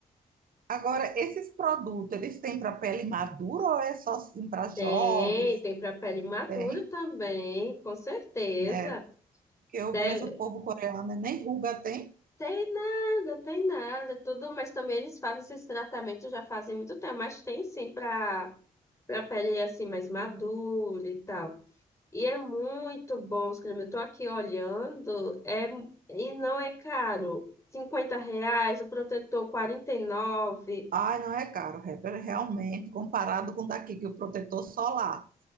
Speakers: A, on the right; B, on the left.
A: Agora, esses produtos, eles têm para pele madura ou é só para jovens?
B: Tem, tem para pele madura
A: Tem,
B: também, com certeza.
A: né? Porque eu
B: Deve-
A: vejo o povo coreano, né, nem ruga tem.
B: tem nada, tem nada, tudo, mas também eles fazem esses tratamentos já fazem muito tempo, mas tem sim para para pele assim mais madura e tal. E é muito bom os cremes. Eu tô aqui olhando, é, e não é caro. cinquenta reais, o protetor quarenta e nove
A: Ai, não é caro, Heber, realmente, comparado com daqui, que o protetor solar,